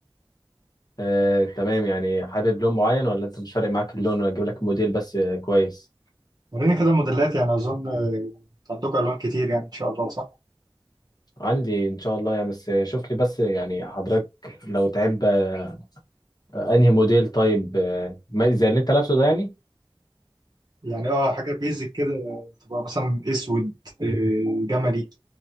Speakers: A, on the left; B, on the right.
A: آه، تمام يعني حابب لون معين ولا انت مش فارق معاك اللون واجيب لك موديل بس آه، كويس
B: وريني كده الموديلات يعني أظن آه، عندكم ألوان كتير يعني إن شاء الله صح؟
A: عندي ان شاء الله يعني بس آه، شوف لي بس يعني حضرتك لو تحب آه، انهي موديل طيب آه، ما- زي اللي انت لابسه ده يعني
B: يعني أه حاجة بيزك كده تبقى مثلا أسود آه، جملي